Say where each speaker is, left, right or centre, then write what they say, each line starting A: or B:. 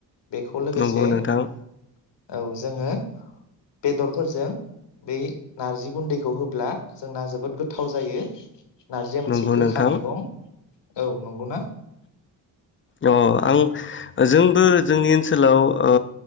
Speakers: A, on the left; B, on the left.
A: बेखौ लोगोसे
B: नंगौ नोंथां
A: औ जोङो बेदरफोरजों बै नारजि गुन्दैखौ होब्ला जोंना जोबोद गोथाव जायो। नारजिया मोनसे
B: नंगौ
A: गोखा
B: नोंथां
A: मैगं। औ नंगौना?
B: अ आं जोंबो जोंनि ओनसोलाव ओ